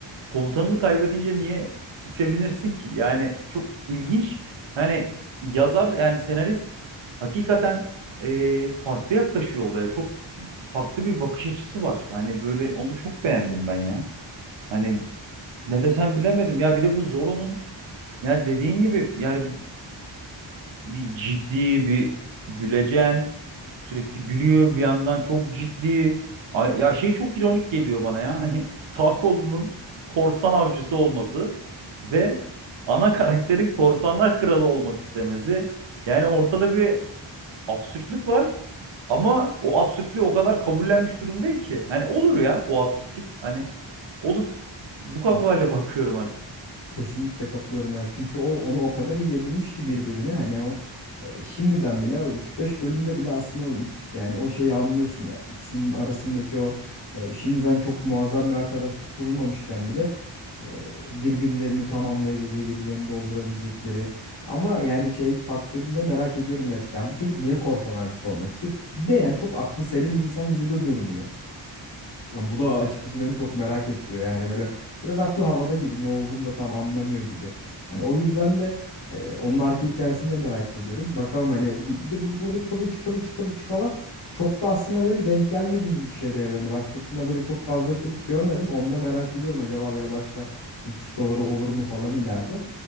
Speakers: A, on the right (about 70°); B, on the left (about 65°).
A: komutanını kaybedince niye sevinirsin ki? Yani çok ilginç. Hani yazar yani senarist hakikaten e, farklı yaklaşıyor olaya. Çok farklı bir bakış açısı var. Hani böyle onu çok beğendim ben ya. Hani ne desem bilemedim. Ya bir de bu Zoro'nun ya dediğin gibi yani bir ciddi bir gülecen sürekli gülüyor bir yandan çok ciddi Ay- ya şey çok ironik geliyor bana ya hani sağ kolunun korsan avcısı olması ve ana karakterin korsanlar kralı olmak istemesi yani ortada bir absürtlük var ama o absürtlüğü o kadar kabullenmiş durumdayım ki hani olur ya o absürtlük hani olur bu kafayla
B: Ya
A: <laughs> bakıyorum artık.
B: kesinlikle katılıyorum ya. Çünkü o onu o kadar iyi yedirmiş ki birbirine. Hani o e, şimdiden bile o üç beş bölümde bile aslında o, in- yani o şeyi anlıyorsun. İkisinin arasındaki o e, şimdiden çok muazzam bir arkadaşlık kurulmamışken bile e, birbirlerini tamamlayabileceği, birbirlerini doldurabilecekleri. Ama yani şey faktörünü de merak ediyorum gerçekten. Bu çocuk niye korsan abisi olmak istiyor? Bir de yani çok aklı selim bir insan gibi de durmuyor. Yani bu da açıkçası beni çok merak ettiriyor. Yani böyle biraz aklı havada gibi ne olduğunu da tam anlamıyor gibi. Hani o yüzden de e, onun arka hikayesini de merak ediyorum. Bakalım hani bu- bir de bu böyle kılıç kılıç kılıç falan çok da aslında böyle denk gelmediğimiz bir şey de evrende. Başkasında böyle çok fazla kılıç görmedim. Onu da merak ediyorum. Acaba böyle başka kılıç ustaları olur mu falan ileride.